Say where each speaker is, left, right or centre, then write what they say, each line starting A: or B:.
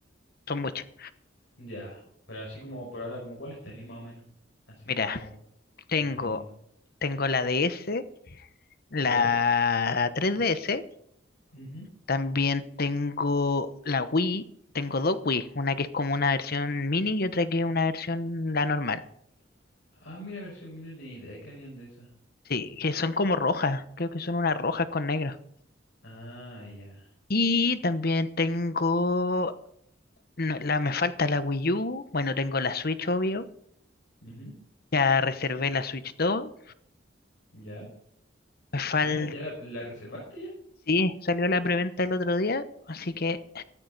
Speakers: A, on the left; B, on the left.
A: son muchas.
B: ya, pero así como por ahora, como cuáles tenéis más o menos, así
A: Mira,
B: como
A: tengo,
B: vais teniendo.
A: tengo la DS, la
B: ¿Ya?
A: 3DS.
B: Ujú.
A: También tengo la Wii, tengo dos Wii, una que es como una versión mini y otra que es una versión la normal.
B: Ah, mira, versión mini no tenía idea que habían de esas.
A: Sí, que son como rojas, creo que son unas rojas con negro.
B: Ah, ya.
A: Y también tengo, no, la, me falta la Wii U, bueno, tengo la Switch, obvio,
B: Ujú,
A: ya reservé la Switch dos
B: ya.
A: me falta,
B: Ah, ¿ya la, la reservaste ya?
A: sí, salió la preventa el otro día, así que